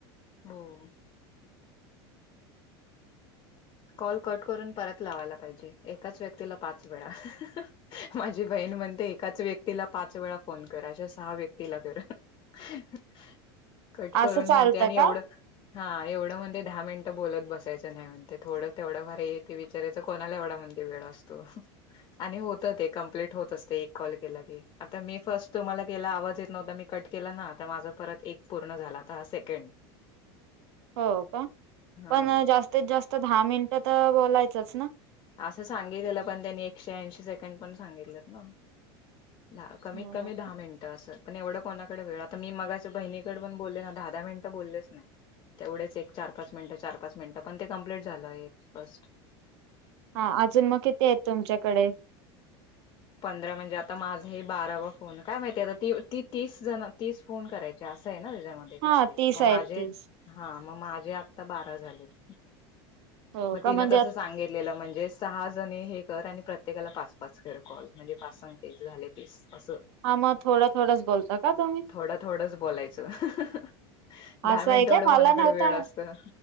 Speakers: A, on the left (about 30°); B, on the right (about 75°).
A: हो. कॉल कट करून परत लावायला पाहिजे. एकाच व्यक्तीला पाच वेळा. हा हा हा! माझी बहीण म्हणते एकाच व्य क्तीला पाच वेळा फोन कर, अशा सहा व्यक्तीला कर. हे हे! कट करून
B: असं चालतं
A: म्हणते आणि एवढं,
B: का?
A: हा एवढं म्हणते दहा मिनिटं बोलत बसायचं नाही म्हण ते थोडं तेवडं भारी ते विचारायचं, कोणाला एवढा म्हणते वेळ असतो. आणि होतं ते. कम्प्लीट होत असते एक कॉल केला की. आता मी फर्स्ट तुम्हाला केला, आवाज येत नव्हता, मी कट केला ना. आता माझं परत एक पूर्ण झाला. आता हा सेकेंड.
B: हो का?
A: हा
B: पण जास्तीत जास्त दहा मिनिटं तर बोलायचंच ना?
A: असं सांगितलेलं. पण त्यांनी एकशे ऐंशी सेकंड पण सांगितलेत ना. ना. कमीत
B: हो
A: कमी दहा मिनिटं. असं. पण एवढं कोणाकडे वेळ? आता मी मघाशी बहिणीकडं पण बोलले ना, दहा-दहा मिनिटं बोललेच नाय. तेवढेच एक चार-पाच मिनटं, चार-पाच मिनटं, पण ते कंप्लीट झालं एक फर्स्ट
B: हा. अजून मग किती आहेत तुमच्याकडे?
A: पंधरा म्हणजे आता माझं हे बारावा फोन. काय माहिती आता ती-ती तीस जणं, तीस फोन कराय चे. असं आहे ना त्याच्यामध्ये काहीतरी.
B: हा तीस
A: मग
B: आहेत
A: माझे
B: तीस
A: हा. मग माझे आत्ता बारा झालेत.
B: हो
A: मग
B: का
A: तिनं
B: म्हणजे
A: तसं सांगीत लेलं. म्हणजे सहा जणी हे कर, आणि प्रत्येकाला पाच-पाच कर कॉल. म्हणजे पाच सक तीस झाले तीस. असं.
B: हा मग थोडं थोडंच बोलता का तुम्ही?
A: थोडं थोडंच बोलायचं. हं हं हं! दहा
B: असं
A: मिनटं
B: आहे काय
A: एवढं
B: मला
A: कोणाकडे
B: नव्हता
A: वेळ असतोना?